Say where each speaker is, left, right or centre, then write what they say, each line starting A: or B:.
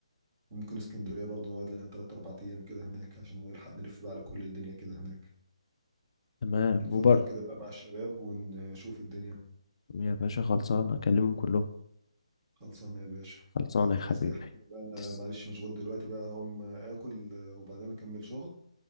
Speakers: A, on the right; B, on the left.
A: وممكن اسكندرية برضه نقعد لنا تلات أربع أيام كده هناك عشان نلحق نلف بقى على كل الدنيا كده هناك
B: تمام
A: نفكر
B: وبر
A: كده بقى مع الشباب ونشوف الدنيا
B: يا باشا خلصانة أكلمهم كلهم
A: خلصانة يا باشا
B: خلصانة
A: يلا
B: يا حبيبي
A: عايز اي حاجة بقى انا
B: تس...
A: معلش مشغول دلوقتي بقى هقوم اكل آه، وبعدين اكمل شغل